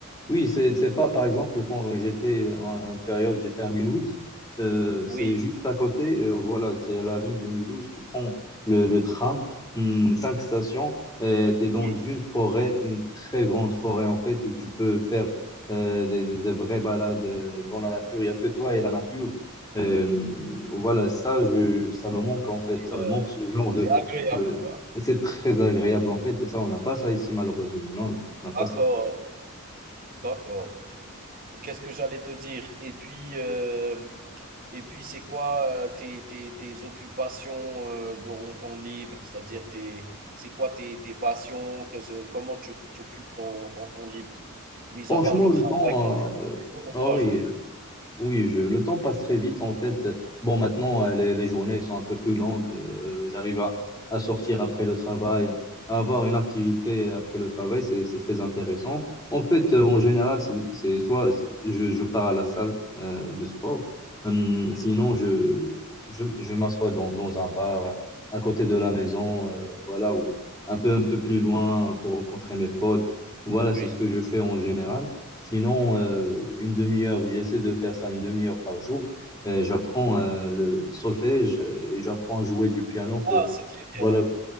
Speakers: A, on the left; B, on the right.
A: Oui, c'est c'est pas par exemple quand j'étais en, en période, j'étais à Mulhouse, euh,
B: Oui,
A: c'est juste à côté, euh, voilà, c'est à la ville de Mulhouse, tu prends le, le tram, hum, cinq stations, et tu es dans
B: oui,
A: une forêt, une très grande forêt en fait, où tu peux faire euh, des, des- des vraies balades euh, dans la nature, il n'y a que toi et la nature. Euh, voilà, ça, je, ça me manque en fait,
B: c'est,
A: ça
B: heu,
A: me manque ce genre
B: c'est
A: de,
B: agréable,
A: de...
B: quoi.
A: C'est très agréable en fait, et ça, on n'a pas ça ici malheureusement, non, non, on n'a pas
B: D'accord,
A: ça.
B: d'accord. Qu'est-ce que j'allais te dire? Et puis, euh, et puis c'est quoi euh, tes, tes, tes occupations euh, dans ton libre? C'est-à-dire, tes, c'est quoi tes, tes passions? Qu'est-ce- comment tu tu occupes ton, ton temps libre? Mis
A: Franchement,
B: à part le
A: le
B: travail,
A: temps, euh,
B: pour
A: ah
B: toi,
A: oui,
B: je veux
A: euh,
B: dire.
A: oui, je, le temps passe très vite en fait. Bon, maintenant, euh, les, les journées sont un peu plus longues. euh, j'arrive à, à sortir après le travail, à, à avoir une activité après le travail, c'est, c'est très intéressant. En fait, euh, en général, c'est c'est soit je, je pars à la salle euh, de sport, hum, sinon je, je, je m'assois dans, dans un bar à côté de la maison, euh, voilà, ou un peu, un peu plus loin pour rencontrer mes potes. Voilà, c'est
B: Oui.
A: ce que je fais en général. Sinon, euh, une demi-heure, j'essaie de faire ça une demi-heure par jour. Euh, j'apprends euh, le solfège euh, et j'apprends à jouer du piano que
B: Ah, c'est très
A: voilà,
B: bien.